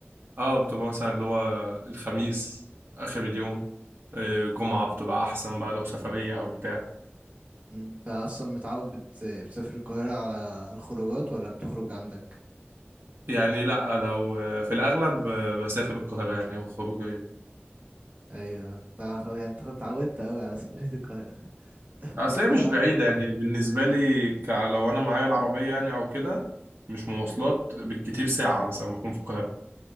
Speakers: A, on the right; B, on the right.
A: آه، بتبقى مثلا اللي هو الخميس آخر اليوم آه، جمعة بتبقى أحسن بقى لو سفرية أو بتاع
B: مم. انت اصلا متعود بت... بتسافر القاهرة على الخروجات ولا بتخرج عندك
A: يعني لأ لو آه، في الأغلب آه، بسافر القاهرة يعني أو خروجة يوم
B: ايوه انت خلاص يعني انت خلاص اتعودت قوي على سفرية القاهرة <laughs>
A: أصل
B: بصراحة
A: هي مش بعيدة يعني بالنسبة لي ك... لو أنا معايا العربية يعني أو كده مش مواصلات بالكتير ساعة مثلا بكون في القاهرة